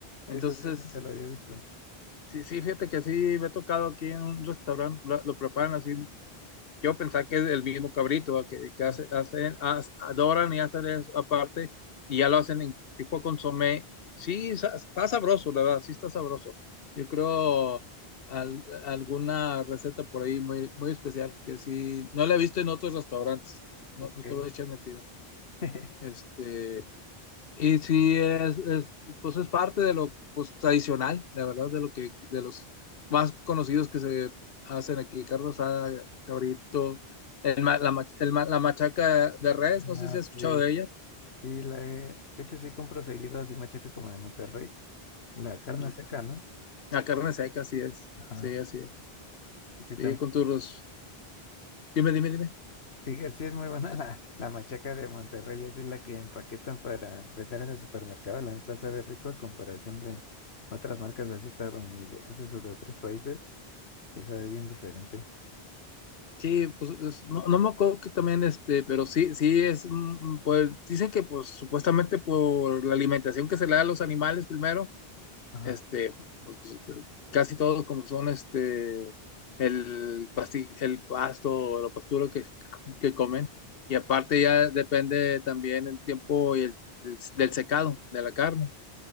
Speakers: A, on the left; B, on the left.
A: Entonces,
B: Eso sí, nunca lo había visto.
A: sí, sí, fíjate que sí, me ha tocado aquí en un restaurante, lo, lo preparan así yo pensaba que es el mismo cabrito ¿va? que, que hace,
B: Ah,
A: hacen, as- adoran y hacen eso aparte y ya lo hacen en tipo consomé. Sí, sa- está sabroso, la verdad, sí está sabroso. Yo creo al- alguna receta por ahí muy, muy especial que sí, no la he visto en otros restaurantes, no,
B: Ok.
A: no te voy a echar mentiras.
B: <laughs>
A: Este, y sí, es, es, pues es parte de lo pues, tradicional, la verdad, de lo que, de los más conocidos que se hacen aquí, carne asada, cabrito, el ma- la, mach- el ma- la machaca de res, no sé
B: Ah,
A: si has escuchado
B: sí.
A: de ella.
B: Sí, la he... De hecho, sí compro seguido así machaca como de Monterrey. La carne
A: Ok.
B: seca, ¿no?
A: La carne seca, así es,
B: Ajá.
A: sí, así es.
B: Sí, también.
A: Y con tus... Dime, dime, dime.
B: Sí, sí es muy buena la, la machaca de Monterrey, así la que empaquetan para vender en el supermercado, la neta sabe rico a comparación de otras marcas así estadounidenses o de otros países, que sabe bien diferente.
A: Sí, pues es- no, no me acuerdo que también, este, pero sí, sí es, mm, pues dicen que pues supuestamente por la alimentación que se le da a los animales primero
B: Ajá,
A: Este, pues, casi todos como son este el pasti- el pasto o la pastura que, que comen. Y aparte ya depende también el tiempo y el- del secado de la carne.